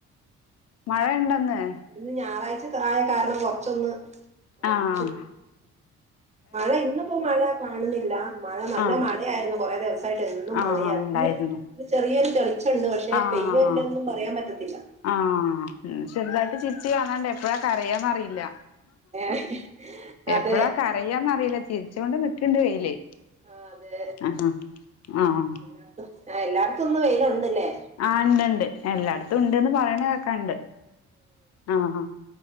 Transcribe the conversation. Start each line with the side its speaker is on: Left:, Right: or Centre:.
Left: മഴ ഇണ്ടൊന്ന്?
Right: ഇന്ന് ഞായറാഴ്ചതായ കാരണം കൊറച്ചൊന്ന് മടിച്ചു
Left: ആഹ്
Right: മഴ ഇന്നിപ്പോ മഴ കാണുന്നില്ല മഴ നല്ല
Left: ആഹ്
Right: മഴയായിരുന്നു കൊറേ ദിവസായിട്ടെന്നും
Left: ആഹ്
Right: മഴയാര്ന്ന്
Left: ഉണ്ടായിരുന്നു
Right: ഇന്ന് ന്ന് ചെറിയൊരു തെളിച്ചണ്ട് പക്ഷെ
Left: ആഹ്
Right: പെയ്യോ ഇല്ലേന്നൊന്നും പറയാൻ പറ്റത്തില്ല.
Left: ആഹ് ചെറുതായിട്ട് ചിരിച് കാണാണ്ട്. എപ്പഴാ കരയാന്നറിയില്ല.
Right: ഏഹ് അതെ
Left: എപ്പഴാ ക കരയാന്നറീല്ല ചിരിച്ചൊണ്ട് നിക്ക്‌ണ്ട് വെയില്
Right: ആഹ് അതെ
Left: അഹാ ആഹ്
Right: എല്ലായിടത്തും ആഹ് എല്ലാടത്തും ഇന്ന് വെയിലുണ്ടല്ലേ?
Left: ആഹ് ഇണ്ട് ഇണ്ട് എല്ലായിടത്തും ഇണ്ട്ന്ന് പറയണ കേക്കാണ്ട്. ആഹ് ഹാ